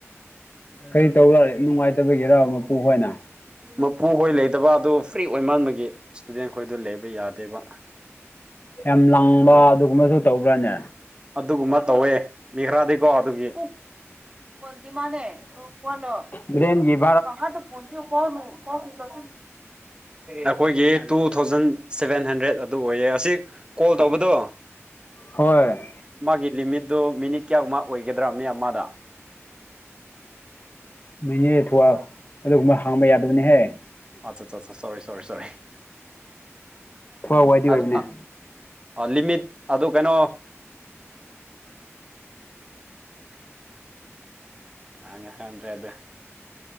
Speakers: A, on the left (about 40°); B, on the right (about 20°).
A: ꯀꯔꯤ ꯇꯧꯕ ꯅꯨꯡꯉꯥꯏꯇꯕꯒꯤꯔ ꯃꯄꯨ ꯍꯣꯏꯅ
B: ꯃꯄꯨꯈꯣꯏ ꯂꯩꯗꯕ ꯑꯗꯨ ꯐ꯭ꯔꯤ ꯑꯣꯏꯃꯟꯕꯒꯤ ꯏꯁꯇꯨꯗꯦꯟ ꯈꯣꯏꯗ ꯂꯩꯕ ꯌꯥꯗꯦꯕ
A: ꯌꯥꯝ ꯂꯥꯡꯕ ꯑꯗꯨꯒꯨꯝꯕꯁꯨ ꯇꯧꯕ꯭ꯔꯥꯅꯦ
B: ꯑꯗꯨꯒꯨꯝꯕ ꯇꯧꯋꯦ ꯃꯤꯈꯔꯥꯗꯤꯀꯣ ꯑꯗꯨꯒꯤ ꯗꯤꯃꯅꯦ ꯑꯣ ꯀꯅꯣ
A: ꯔꯦꯟꯖꯤꯤꯞ
B: ꯀꯥꯗ ꯄꯨꯣꯁꯤꯨ ꯀꯣꯅ ꯀꯣ ꯐ ꯑꯩꯈꯣꯏꯒꯤ ꯇꯨ ꯊꯥꯎꯖꯟ ꯁꯚꯦꯟ ꯍꯟꯗ꯭ꯔꯦꯗ ꯑꯗꯨ ꯑꯣꯏꯌꯦ ꯑꯁꯤ ꯀꯣꯜ ꯇꯧꯕꯗꯣ
A: ꯍꯣꯏ
B: ꯃꯥꯒꯤ ꯂꯤꯃꯤꯠꯇꯣ ꯃꯤꯅꯤꯠ ꯀꯌꯥꯨꯛꯃꯥ ꯑꯣꯏꯒꯗ꯭ꯔꯥ ꯃꯤ ꯃꯥꯗ
A: ꯃꯅꯦ ꯊꯨꯋꯥ ꯑꯗꯨꯒꯨꯝꯕ ꯍꯥꯡꯕ ꯌꯥꯗꯕꯅꯤꯍꯦ
B: ꯑꯆꯥꯠ ꯁꯣꯔꯤ ꯁꯣꯔꯤ ꯁꯣꯔꯤ
A: ꯊꯨꯋꯦꯜ ꯋꯥꯏꯗꯤ ꯑꯣꯏꯕꯅꯦ
B: ꯑꯗ ꯂꯤꯃꯤꯠ ꯑꯗꯨ ꯀꯩꯅꯣ ꯀꯉ ꯈꯗ꯭ꯔꯦ ꯑꯗꯨꯗ